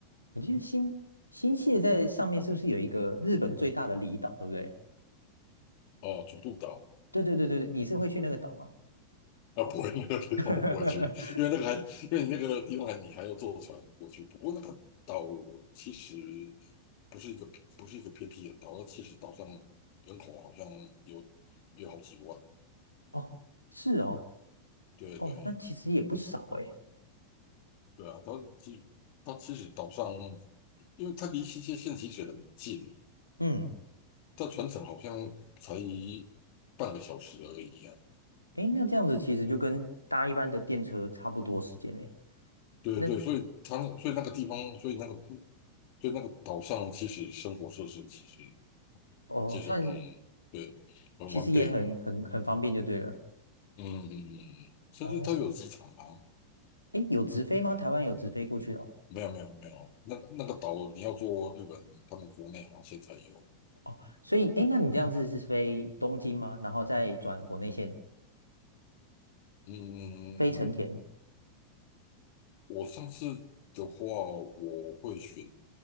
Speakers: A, on the left (about 90°); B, on the left (about 45°).
A: 我记得新新泻在上面是不是有一个日本最大的离岛，对不对？
B: 哦，九渡岛。
A: 对对对对对，你是会去那个岛吗？
B: 啊，不会，那个地方我不会去，
A: <laughs>
B: 因为那个还，因为你那个地方还你还要坐船过去。不过那个岛其实不是一个不是一个偏僻的岛，其实岛上人口好像有有好几万。
A: 哦，是哦，
B: 对对，
A: 哦，那其实也不少哎。
B: 对啊，它其它其实岛上，因为它离新泻县其实很近，
A: 嗯，
B: 它船程好像才半个小时而已啊。
A: 哎，那这样子其实就跟搭一般的电车差不多时间嘞。
B: 对对对，
A: 那
B: 所以它那所以那个地方，所以那个所以那个岛上其实生活设施其实
A: 哦，
B: 就是那种
A: 算是
B: 对很完备，
A: 其实也很很很方便就对了。
B: 嗯嗯嗯，甚至它有机场啊。
A: 哦，哎，有直飞吗？台湾有直飞过去的哦。
B: 没有没有没有，那那个岛你要坐日本他们国内航线才有，
A: 哦，所以哎，诶那你这样子是飞东京吗？然后再转国内线
B: 嗯。嗯嗯嗯
A: 飞成田？
B: 我上次的话，我会选